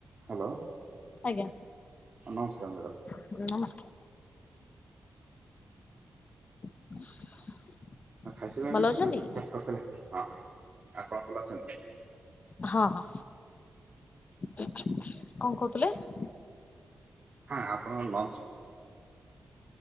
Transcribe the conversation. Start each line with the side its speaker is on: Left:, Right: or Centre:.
Right: ହ୍ୟାଲୋ।
Left: ଆଜ୍ଞା
Right: ନମସ୍କାର ମେଡ
Left: <unintelligible> <inaudible>
Right: ଖାଇସ କଣ
Left: ଭଲ ଅଛନ୍ତି
Right: ନା ବ୍ରେଫା କରିଥିଲେ? ହଁ ହଁ ଆପଣ ଭଲ ଅଛନ୍ତି?
Left: ହଁ ହଁ। କଣ କହୁଥିଲେ?
Right: ହଁ ଆପଣଙ୍କ ଲଞ୍ଚ